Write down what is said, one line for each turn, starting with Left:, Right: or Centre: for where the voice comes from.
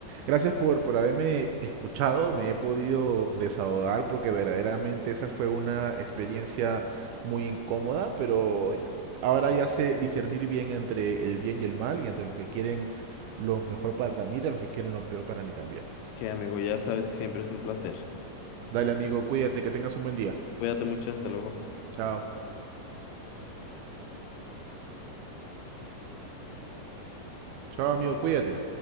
Right: gracias por, por haberme escuchado, me he podido desahogar porque verdaderamente esa fue una experiencia muy incómoda, pero ahora ya sé discernir bien entre el bien y el mal y entre los que quieren lo mejor para mí de los que quieren lo peor para mí también.
Left: Sí, amigo, ya sabes que siempre es un placer.
Right: Dale, amigo, cuídate, que tengas un buen día.
Left: Cuídate mucho, hasta luego.
Right: Chao. Chao, amigo, cuídate.